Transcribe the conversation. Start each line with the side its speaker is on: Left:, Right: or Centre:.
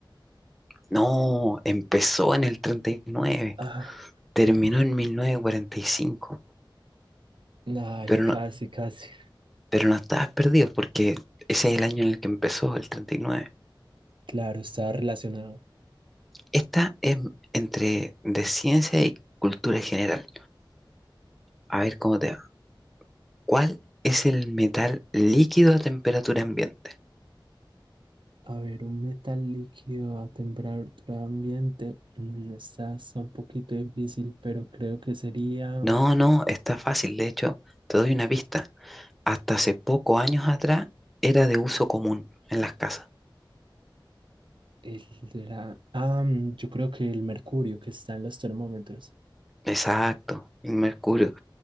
Centre: No, empezó en el 39,
Right: Ah,
Centre: terminó en 1945.
Right: Ay,
Centre: Pero no,
Right: casi, casi.
Centre: Pero no estabas perdido porque ese es el año en el que empezó, el 39.
Right: Claro, está relacionado.
Centre: Esta es entre de ciencia y cultura general. A ver cómo te va. ¿Cuál es el metal líquido a temperatura ambiente?
Right: A ver, un metal líquido a temperatura ambiente. mm, Esta está un poquito difícil, pero creo que sería
Centre: No, no, está fácil. De hecho, te doy una pista. Hasta hace pocos años atrás era de uso común en las casas.
Right: el de la... Ah, mm, yo creo que el mercurio que está en los termómetros.
Centre: Exacto, el mercurio.